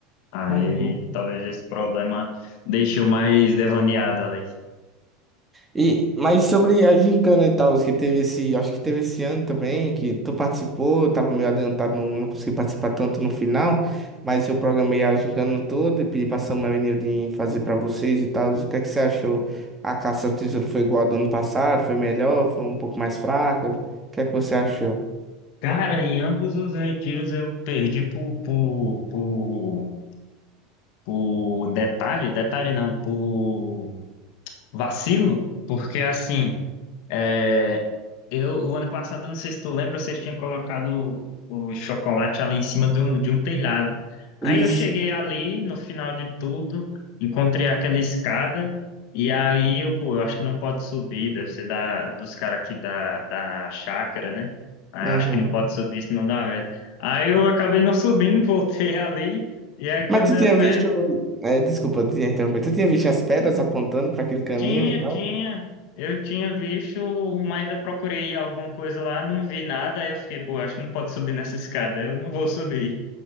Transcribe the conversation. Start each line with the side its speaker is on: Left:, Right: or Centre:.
Left: Aí
Right: Uhum.
Left: talvez esse problema deixe eu mais devaneado ali.
Right: E, mas sobre a gincana e tal, que teve esse, acho que teve esse ano também, que tu participou, eu tava meio adiantado, não, não consegui participar tanto no final, mas eu programei a gincana toda e pedi pra Samuel e Nildin fazer pra vocês e tal. O que é que você achou? A caça ao tesouro foi igual a do ano passado? Foi melhor? Foi um pouco mais fraca? O que é que você achou?
Left: Cara, em ambos os retiros eu perdi por, por, por por detalhe, detalhe não, por vacilo, porque assim, é, eu o ano passado, eu não sei se tu lembra, vocês tinham colocado o chocolate ali em cima de um, de um telhado. Aí
Right: Isso.
Left: eu cheguei ali, no final de tudo, encontrei aquela escada, e aí eu, pô, eu acho que não pode subir, deve ser da, dos caras aqui da, da chácara, né? Aí
Right: Uhum.
Left: eu acho que não pode subir, senão dá merda. Aí eu acabei não subindo, <laughs> voltei ali. E aí,
Right: Mas
Left: quando
Right: tu
Left: é
Right: tinha
Left: fé,
Right: visto, é, desculpa te interromper, tu tinha visto as pedras apontando pra aquele caminho
Left: Tinha,
Right: e tal?
Left: tinha. Eu tinha visto, mas eu procurei alguma coisa lá, não vi nada. Aí eu fiquei, pô, acho que não pode subir nessa escada, eu não vou subir.